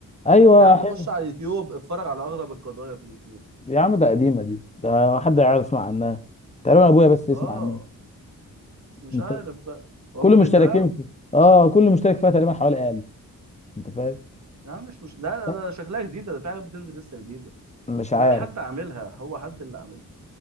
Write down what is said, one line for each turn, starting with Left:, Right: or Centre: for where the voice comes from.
Left: ايوه
Right: يا عم
Left: حلو
Right: خش على اليوتيوب اتفرج على اغرب القضايا في اليوتيوب
Left: يا عم ده قديمه دي ده حد يعرف يسمع عنها تقريبا ابويا بس يسمع
Right: اه
Left: عنها
Right: مش
Left: انت
Right: عارف بقى وابوك
Left: كل
Right: بيتابعك
Left: مشتركين في اه كل مشترك فيها تقريبا حوالي 1000 انت فاهم
Right: يا عم مش مش ده ده,
Left: لا
Right: ده شكلها جديدة ده في حاجة بتنزل لسه جديدة
Left: مش عارف
Right: لا حد عاملها هو حد اللي عاملها